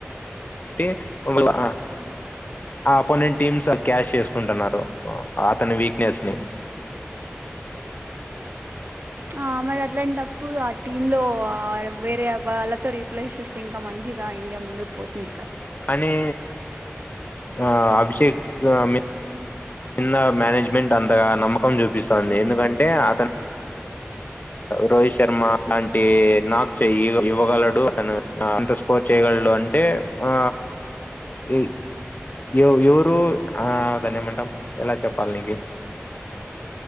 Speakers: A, on the left (about 40°); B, on the right (about 50°).
A: ట్టి వాళ్ళు ఆ ఆ అపోనెంట్ టీమ్స్ క్యాష్ చేసుకుంటున్నరు అతని వీక్నెస్ ని
B: బ్లాంక్ ఆ మరి అట్లాంటప్పుడు ఆ టీమ్ లో వేరే వాళ్ళతో రీప్లేస్ చేస్తే ఇంకా మంచిది ఆ ఇండియా ముందూకుపోతుంది
A: కానీ ఆ అభిషేక్ మి చిన్న మేనేజ్మెంట్ అంతగా నమ్మకం చూపిస్తుంది ఎందుకంటే అతను రోహిత్ శర్మ లాంటి నాక్ చేయి ఇవ్వవగలడు అతను ఏంత స్కోర్ చేయగలడు అంటే ఆ ఈ ఎవ ఎవరు ఆ దానేమంటం ఎలా చెప్పాలి నీకి